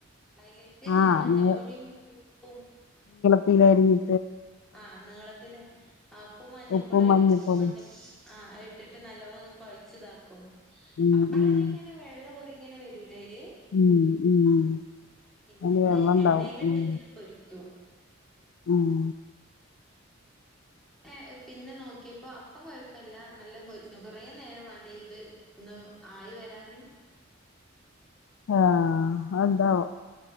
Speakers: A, in the centre; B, on the left.
A: അതിലേക്ക്
B: ആഹ്
A: മഞ്ഞപ്പൊടിയും
B: നീ
A: ഉപ്പും.
B: എന്ത് അറിഞ്ഞ്
A: ആ നീളത്തിലേപ്പൊ ഇപ്
B: ഉപ്പും മഞ്ഞപ്പൊടിയും
A: മഞ്ഞ <unintelligible> ആഇട്ടിട്ട് നല്ലോണംന്ന് കുഴച്ച ഇതാക്കും
B: ഉം
A: അപ്പൾ
B: ഉം
A: തന്നെ ഇങ്ങനെ വെള്ളം ഒറിങ്ങനെ വരൂ. ലേ യില്
B: ഉം ഉം
A: പിന്നെ
B: അതില്
A: അത്
B: വെള്ളം ഉണ്ടാവും
A: എണ്ണയിലിട്ട്
B: ഉം
A: ഇങ്ങനെ പൊരിക്കൂ.
B: ഉം
A: ആ പിന്നെ നോക്കിയപ്പോ അപ്പം കൊഴപ്പല്ല നല്ല മച്ചു കുറേ നേരം വേണ്ട ഇത് ഒന്ന് ആ വരാന്.
B: ആ അന്താവ